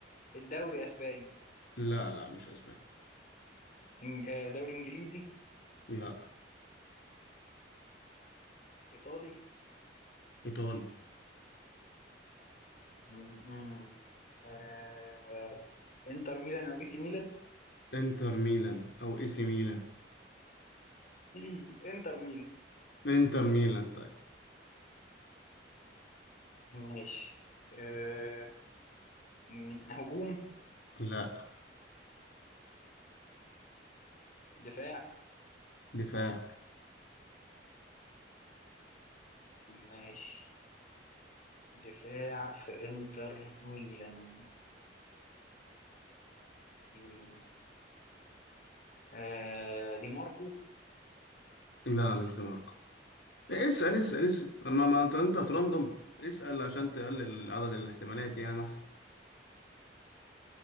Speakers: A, on the left; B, on the left.
A: الدوري أسباني
B: لا لا مش أسباني
A: إن- آه، دوري إنجليزي
B: لا
A: إيطالي
B: إيطالي
A: مم، مم، آه، إنتر ميلان أو إي سي ميلان
B: إنتر ميلان أو إي سي ميلان
A: <clears throat> إنتر ميلان
B: إنتر ميلان طيب
A: ماشي آه، مم، هجوم
B: لا
A: دفاع
B: دفاع
A: ماشي دفاع في إنتر ميلان يمين آه، دي ماركو
B: لا مش دي ماركو إيه، اسأل اسأل اسأل أما ما أنت أنت هترندم اسأل عشان تقلل عدد الاحتمالات يعني أحسن